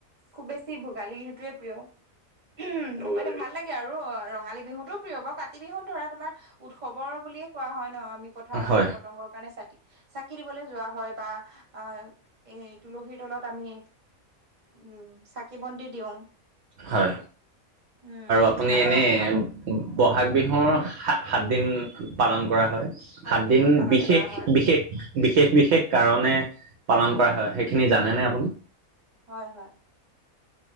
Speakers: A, on the right; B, on the right.
A: খুব বেছি ভোগালী বিহুটোৱে প্ৰিয় ওমহ ভোগালী ভাল লাগে আৰু ৰঙালী বিহুতো প্ৰিয় বাও কাতি বিহু ধৰা তোমাৰ উৎসৱৰ বুলিয়ে কোৱা হয় ন আমি প থাৰত
B: হয়
A: পোক পতংগৰ কাৰণে চাকি চাকি দিবলে যোৱা হয় বা আ এ তুলসীৰ তলত আমি উম চাকি বন্তি দিও
B: হয়
A: উম
B: আপুনি
A: আৰু
B: এনে
A: আ
B: বহাগ বিহুৰ সা সাত দিন পালন কৰা হয়।
A: ভাত
B: সাতদিন
A: বিহু পালন
B: বিশেষ
A: কৰা হয়
B: বিশেষ বি শেষ বিশেষ কাৰণে পালন কৰা হয় সেইখিনি জানেনে আপুনি?
A: হয় হয়